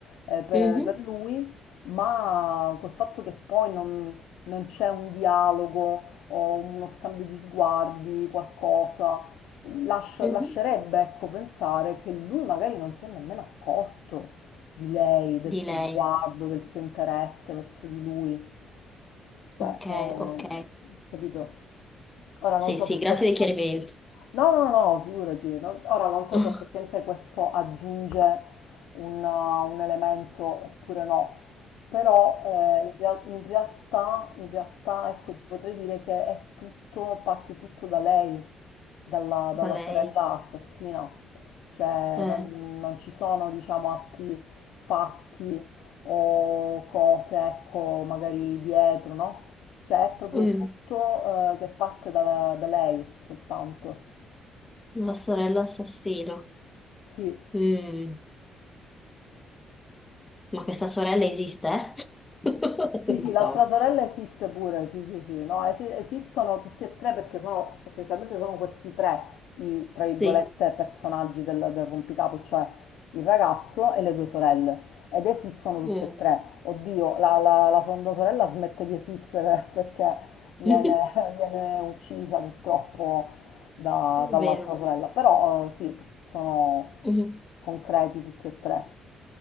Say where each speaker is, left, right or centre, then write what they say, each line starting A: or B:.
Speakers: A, on the left (about 85°); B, on the left (about 15°).
A: eh, per,
B: mhm,
A: per lui, ma col fatto che poi non, non c'è un dialogo o uno scambio di sguardi, qualcosa, lascia-
B: mhm.
A: lascerebbe, ecco, pensare che lui magari non si è nemmeno accorto di lei, del
B: Di
A: suo
B: lei.
A: sguardo, del suo interesse verso di lui. Cioè,
B: Ok,
A: eh,
B: ok.
A: capito? Ora
B: Sì,
A: non so
B: sì,
A: se
B: grazie
A: questa...
B: del chiarimento.
A: No, no, no, figurati. no. Ora non so
B: <laughs>
A: se effettivamente questo aggiunge un, uh, un elemento oppure no, però eh, in, real- in realtà, in realtà, ecco, ti potrei dire che è tutto, parte tutto da lei, dalla, dalla
B: Va
A: sorella
B: lei.
A: assassina. Cioè,
B: Eh,
A: non, non ci sono, diciamo, altri fatti o cose, ecco, magari dietro, no? Cioè, è proprio
B: mm,
A: tutto, eh, che parte da da lei soltanto.
B: La sorella assassina.
A: Sì,
B: Mm. Ma questa sorella esiste? <laughs> Non
A: sì, sì,
B: lo so.
A: l'altra sorella esiste pure, sì, sì, sì, no, esi- esistono tutti e tre perché sono, essenzialmente sono questi tre i, tra virgolette,
B: Sì.
A: personaggi del, del rompicapo, cioè il ragazzo e le due sorelle, ed esistono tutti
B: Mm.
A: e tre. Oddio, la, la, la seconda sorella smette di esistere <laughs> perché
B: <laughs>
A: viene,
B: È
A: viene uccisa purtroppo da- dall'altra
B: vero.
A: sorella, però eh, sì, sono
B: Mm.
A: concreti tutti e tre.